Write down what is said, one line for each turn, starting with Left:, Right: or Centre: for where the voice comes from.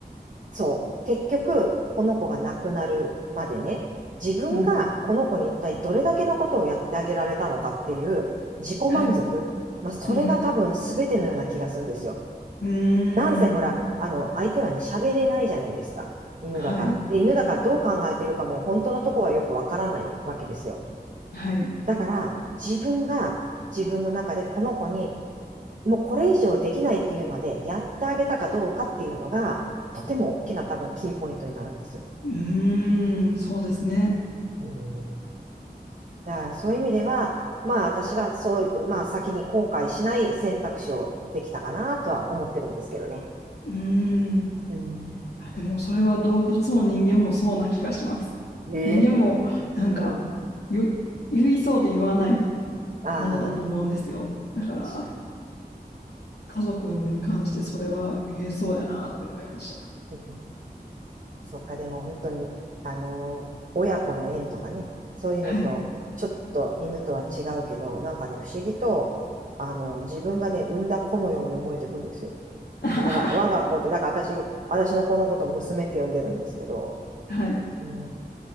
Right: そう。結局、この子が亡くなるまでね、自分がこの子に一体どれだけのことをやってあげられたのかっていう自己満足。
Left: うん。はい。
Right: まあ、それが多分全てのような気がするんですよ。
Left: うん。うー
Right: なんせほら、
Left: ん。
Right: あの、相手はね、喋れないじゃないですか。犬だから。
Left: はい。うん。
Right: で、犬だからどう考えてるかも本当のとこはよくわからないわけですよ。
Left: はい。
Right: だから、自分が自分の中でこの子に、もうこれ以上できないっていうまでやってあげたかどうかっていうのが、とても大きな多分キーポイントになるんですよ。
Left: うーん。そうですね。
Right: うんだからそういう意味では、まあ私はそう、まあ先に後悔しない選択肢をできたかなとは思ってるんですけどね。
Left: うーん。
Right: うん。
Left: あでも、それは動物も人間もそうな気がします。
Right: ね。
Left: 人間も、なんか、
Right: うん。
Left: 言、言いそうで言わない
Right: あ
Left: ものだと思うんですよ。だから、
Right: あ、確かに。
Left: 家族に関してそれは言えそうやなって思いました。
Right: うんそっか、でも本当に、あのー親子の縁とかね、そういうのと、
Left: はい。
Right: ちょっと犬とは違うけど、なんかね、不思議と、あのー自分がね、産んだ子のように思えてくるんですよ。
Left: <laughs>
Right: 我が、我が子って、だから私、私の子のことを娘って呼んでるんですけど、
Left: はい。
Right: うん、